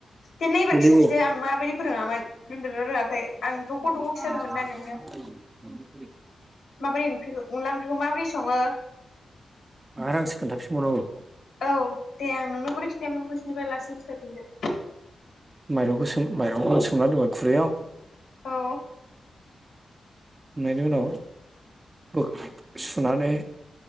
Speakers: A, on the left; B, on the right.
A: दे नै एबार
B: देलायबो
A: खिथाफिनदो आं माबायदि फोरोङामोन रोंदोंना रोङाखै
B: <inaudible>
A: आं थख' थख' खिथादोंमोन ना नोंनो माबोरै ओंख्रिखौ अनला ओंख्रिखौ माबोरै सङो
B: आरो आंसो खोन्थाफिनबावनांगौ।
A: औ दे आं नोंनो बोरै खिथायोमोन फासनिफ्राय लाससिम खिन्थाफिनदो।
B: माइरंखौ सोम माइरं सोमना दोनबाय खुरैआव
A: औ
B: संनायनि उनाव बख सुनानै